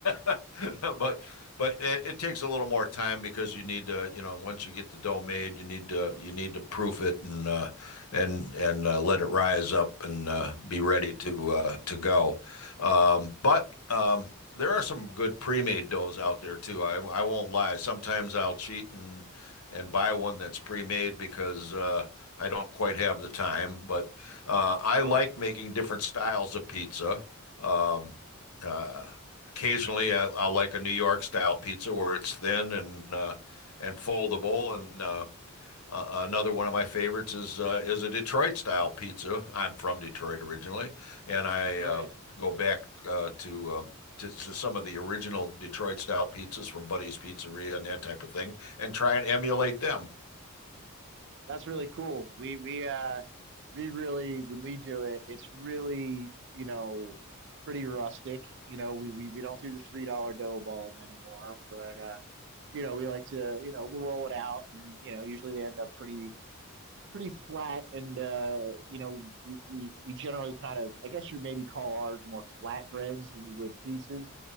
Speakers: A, on the left (about 90°); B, on the right (about 55°).
A: <laughs> But but it, it takes a little more time because you need to, you know, once you get the dough made, you need to you need to proof it and uh, and and uh, let it rise up and uh, be ready to uh, to go. Um, but um, there are some good pre-made doughs out there too. I I won't lie. Sometimes I'll cheat and and buy one that's pre-made because uh, I don't quite have the time. But uh, I
B: sure,
A: like making different styles of pizza. Um, uh, occasionally, I, i like a New York style pizza where it's thin and uh, and foldable, and uh, uh, uh, another one of my favorites is uh, is a Detroit style pizza. I'm from Detroit originally, and I
B: right.
A: uh, go back uh, to, uh, to to some of the original Detroit style pizzas from Buddy's Pizzeria and that type of thing, and try and emulate them.
B: That's really cool. We we uh we really when we do it, it's really, you know, pretty rustic. You know, we we, we don't do the three dollar dough balls anymore, but uh you know, we like to, you know, we'll roll it out and you know, usually they end up pretty pretty flat and uh you know, we we we generally kind of I guess you maybe call ours more flatbreads than you would pizzas,